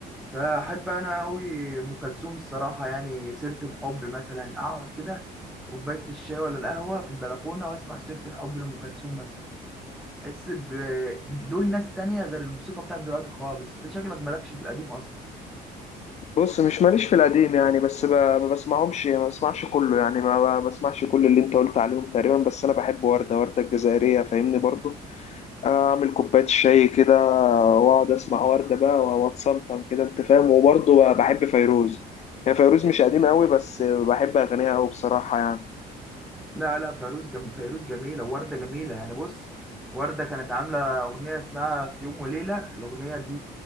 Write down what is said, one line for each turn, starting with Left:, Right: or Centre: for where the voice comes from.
Centre: فأحب أنا أوي أم كلثوم الصراحة يعني سيرة الحب مثلا أقعد كده كوباية الشاي ولا القهوة في البلكونة وأسمع سيرة الحب لأم كلثوم مثلا أحس ب- دول ناس تانية غير الموسيقى بتاعت دلوقتي خالص أنت شكلك مالكش في القديم أصلا
Left: بص مش ماليش في القديم يعني بس ب... ما بسمعهمش ما بسمعش كله يعني ما ما بسمعش كل اللي انت قلت عليهم تقريبا بس انا بحب وردة وردة الجزائرية فاهمني برضو اعمل كوبايه الشاي كده واقعد اسمع ورده بقى واتسلطن كده انت فاهم وبرضه بحب فيروز يعني فيروز مش قديم قوي بس بحب اغانيها قوي بصراحه يعني
Centre: لا لا فيروز جم... فيروز جميلة ووردة جميلة يعني بص وردة كانت عاملة أغنية اسمها في يوم وليلة الأغنية دي